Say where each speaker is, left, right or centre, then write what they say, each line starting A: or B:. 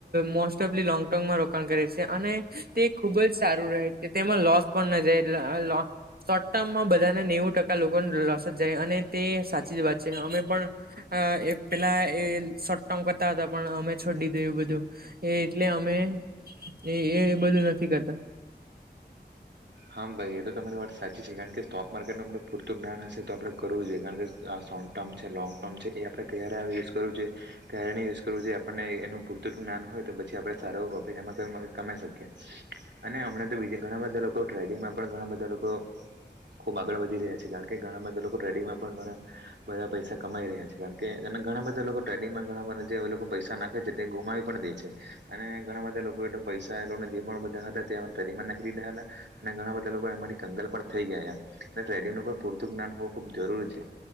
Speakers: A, on the right; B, on the right.
A: મોસ્ટ ઓફ લી લોંગ ટર્મમાં રોકાણ કરે છે અને તે ખુબ જ સારું રહે છે તેમાં લોસ પણ ન જાય એ શોર્ટ ટર્મમાં બધા નેવું ટકા લોકો લોસ જ જાય અને તે સાચી જ વાત છે અમે પણ એ પેલા એ શોર્ટ ટર્મ કરતા હતા પણ અમે છોડી દિંદુ એવું બધું એ એટલે અમે એ એ બધું નથી કરતા
B: હા ભાઈ એ તો તમારી વા સાચી છે કારણ કે સ્ટોક માર્કેટનું આપણું પૂરતું જ્ઞાન હશે તો આપણે કરવું જોઈએ કારણ કે આ શોંગ ટર્મ છે લોંગ આમ છે એ આપડે <unintelligible> ઘરા યુઝ કરવુંઈએ કારણે યુઝ કરવું જો આપણને એનું પૂરતું જ્ઞાન હોય તો પછી આપણે સારા પ્રોફિટ એમાં કમાઈ શકીએ અને હમણા તો બીજ ઘણા બધા લોકો ટ્રેડિંગમાં પણ ઘણા બધા લોકો ખુબ આગળ વધી રહ્યા છે કારણ કે ઘણા બધા લોકો ટ્રેડિંગમાં પણ ઘણા બધા પૈસા કમાઈ રહ્યા છે કારણ કે ઘણા બધા લોકો ટ્રેડિંગમાં માં ઘણા બધા જે લોકો પૈસા નાખે છે તે ગુમાવી પણ દે છે અને ઘણા બધા લોકો પૈસા એને જે પણ બધા હતા ટ્રેિંગમાં નાખી દીધા હતા અને ઘણા બધા લોકો એમાંથી કંગાલ પણ થઈ ગયા એટલે ટ્રેડિંગનું પણ પૂરતું જ્ઞાન હોવું ખુબ જરૂરી છે